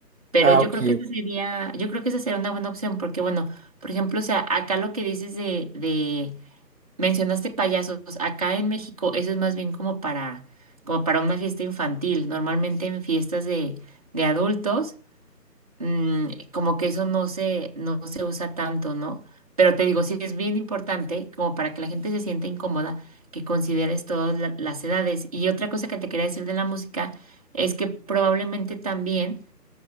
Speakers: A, on the right; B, on the right.
A: Pero
B: Ah,
A: yo
B: ok,
A: creo que esa
B: ok,
A: sería, yo creo que esa sería una buena opción, porque bueno, por ejemplo, o sea, acá lo que dices de, de, mencionaste payasos, acá en México eso es más bien como para, como para una fiesta infantil. Normalmente en fiestas de, de adultos mm, como que eso no se, no se usa tanto, ¿no? Pero te digo, sí es bien importante, como para que la gente se sienta incómoda, que consideres todas la- las edades. Y otra cosa que te quería decir de la música es que probablemente también